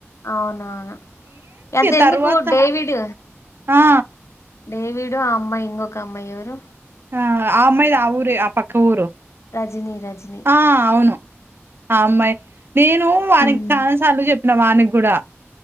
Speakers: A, on the left (about 75°); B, on the right (about 50°).
A: అవునవును అంత ఎందుకు
B: తర్వాత
A: డేవిడ్
B: ఆ
A: డేవిడు ఆ అమ్మాయి ఇంగొక అమ్మాయి ఎవరు
B: ఆ ఆ అమ్మాయిది ఆ ఊరే ఆ పక్క ఊరు
A: రజిని రజిని
B: ఆ అవును అ అమ్మాయి నేను వానికి
A: ఉమ్
B: చానా స్ సార్లు చెప్పిన వానికి గూడా